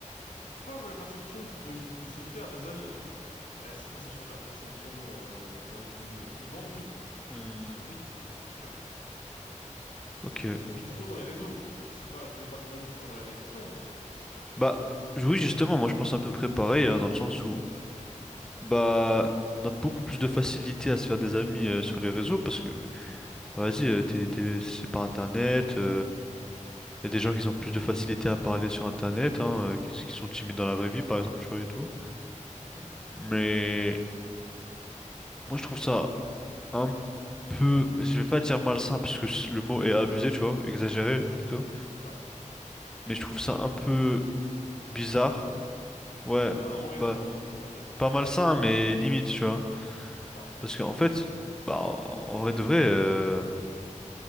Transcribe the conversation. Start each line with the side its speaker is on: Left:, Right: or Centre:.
Left: Pas la perception de, de se faire des amis, en tout cas. Est-ce que ça change la perception euh, d'un point de vue euh, vivant? Oui.
Centre: Hmm,
Left: Euh, oui, c'est sûr.
Centre: ok.
Left: Parce qu'on vit trop dans les réseaux. Je sais pas, je connais pas ton avis sur la, la question, mais...
Centre: Bah
Left: Mais...
Centre: oui, justement, moi je pense à peu près pareil, hein, dans le sens où bah on a beaucoup plus de facilité à se faire des amis euh, sur les réseaux parce que bah vas-y, euh, t'es- t'es- c'est par internet, il y a des gens qui ont plus de facilité à parler sur internet, hein, euh, qui, qui sont timides dans la vraie vie par exemple, tu vois et tout.
Left: Mhm,
Centre: Mais moi je trouve ça un peu, je vais pas dire malsain parce que le mot est abusé, tu vois, exagéré plutôt.
Left: d'accord.
Centre: Mais je trouve ça un peu bizarre,
Left: Malsain.
Centre: ouais,
Left: Ah non, oui,
Centre: bah
Left: non, pardon, excuse-moi, j'avais pas compris.
Centre: pas malsain mais limite, tu vois.
Left: D'accord.
Centre: Parce qu'en fait, bah, en vrai de vrai, euh,